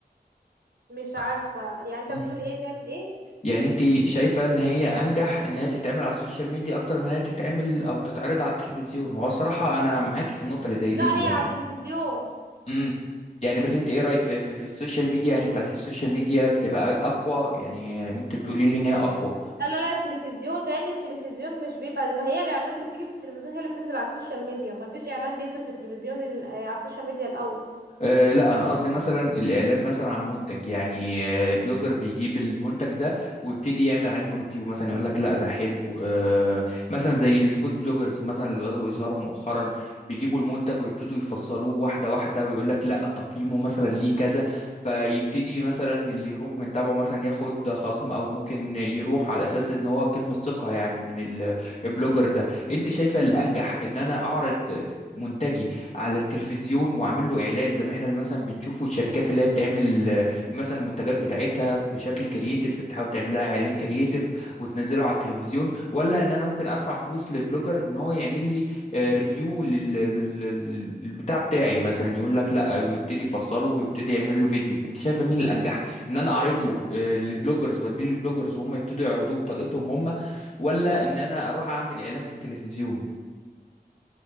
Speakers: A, on the right; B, on the left.
A: مش
B: بس
A: عارفة يعني انت
B: امم
A: بتقول ايه نعمل ايه
B: يعني انت شايفه ان هي انجح ان هي تتعمل على السوشيال ميديا اكتر من ان هي تتعمل او تتعرض على التلفزيون هو الصراحه انا معاكي في النقطه اللي زي دي
A: لا هي
B: يعني
A: على التلفزيون
B: امم يعني بس انت ايه رايك في في, في السوشيال ميديا يعني بتاعت السوشيال ميديا بتبقى اقوى يعني انت بتقولي لي ان هي اقوى
A: لا لا لا التلفزيون لان التلفزيون مش بيبقى ما هي الاعلانات اللي بتيجي في التلفزيون هي اللي بتنزل على السوشيال ميديا ما فيش اعلان بينزل في التلفزيون ال- آه، على السوشيال ميديا الاول
B: أه لا انا قصدي مثلا الاعلان مثلا عن منتج يعني آه، البلوجر بيجيب المنتج ده ويبتدي يعمل عنه ريفيو مثلا يقول لك لا ده حلو أه مثلا زي الفود بلوجرز مثلا اللي بدأوا يظهروا مؤخرا بيجيبوا المنتج ويبتدوا يفصلوه واحده واحده ويقول لك لا تقييمه مثلا ليه كذا فيبتدي مثلا اللي يروح من تابعه مثلا ياخد خصم او ممكن يروح على اساس ان هو كلمه ثقه يعني من ال- البلوجر ده انت شايفه الانجح ان انا اعرض منتجي على التلفزيون واعمل له اعلان زي ما احنا اللي مثلا بنشوفه الشركات اللي هي بتعمل آه، مثلا المنتجات بتاعتها بشكل كرييتيف تحاول تعملها اعلان كرييتيف وتنزله على التلفزيون ولا ان انا ممكن ادفع فلوس لبلوجر ان هو يعمل لي ريفيو للبتاع بتاعي مثلا يقول لك لا ويبتدي يفصله ويبتدي يعمل له فيديو انت شايفه مين الانجح ان انا اعرضه آه، للبلوجرز واديه للبلوجرز وهم يبتدوا يعرضوه بطريقتهم هم ولا ان انا اروح اعمل اعلان في التلفزيون